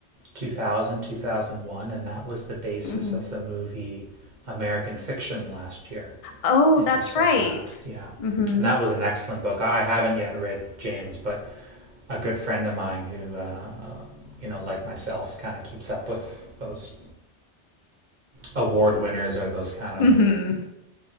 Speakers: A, on the right; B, on the left.
A: 2000, 2001, and that was the basis
B: Mhm.
A: of the movie American Fiction last year.
B: Oh,
A: If
B: that's
A: you saw
B: right.
A: that, yeah.
B: Mm-hmm.
A: And that was an excellent book. I haven't yet read James, but a good friend of mine who, uh, you know, like myself, kind of keeps up with those award winners or those kind of
B: Mm-hmm.